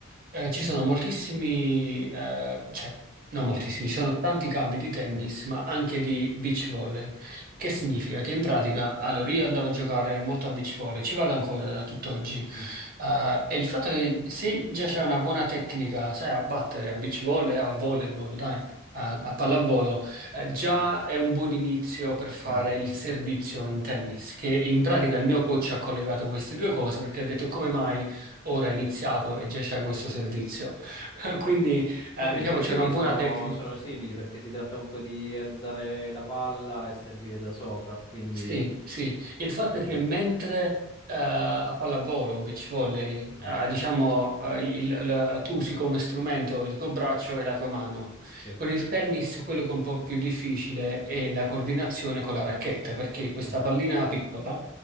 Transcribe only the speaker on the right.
eh, ci
sono moltissimi, eh, cioè non moltissimi, ci sono tanti campi di tennis,
ma anche di beach volley. Che significa?
Che in pratica, allora io andavo a giocare molto a beach volley, ci vado ancora da tutt'oggi,
eh, e il fatto che se già c'è una buona tecnica, sai, a battere a beach volley, a volleyball, dai, a, a pallavolo, eh, già
è un buon inizio per fare
il
servizio in tennis, che in pratica il mio coach ha collegato queste due cose perché ha detto come mai ora è iniziato e già c'è questo servizio. <laughs> Quindi, eh,
diciamo,
c'è una buona
tecnica.
Sì, sì, il fatto
è che mentre eh, a pallavolo, beach volley,
eh, diciamo, eh, il- la- tu usi come strumento il tuo braccio e la tua mano.
Con il tennis, quello che è un po' più difficile è la coordinazione con la racchetta, perché questa
pallina piccola,